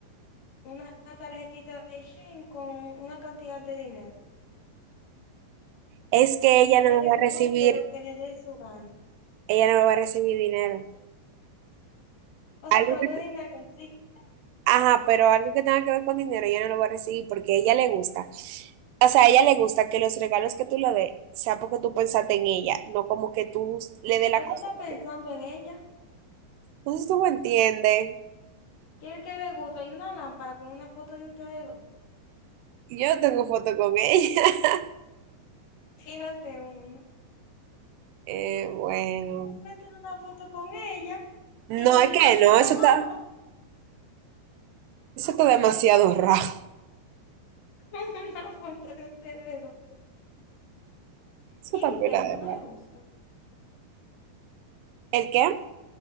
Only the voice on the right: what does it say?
Es que ella
no
me
va
a recibir,
ella no me va a recibir dinero.
Algo
que,
ajá, pero algo que tenga que ver con dinero, ella no lo va a recibir porque a ella le gusta. O sea, a ella le gusta que los regalos que tú le des sea porque tú pensaste en ella, no como que tú le des la
cosa.
porque-
No sé si tú me entiendes.
Yo tengo foto con ella. <laughs>
Eh, bueno.
No, es que
no,
eso
está, eso está demasiado raro.
Eso
está
pela
de
raro.
¿El qué?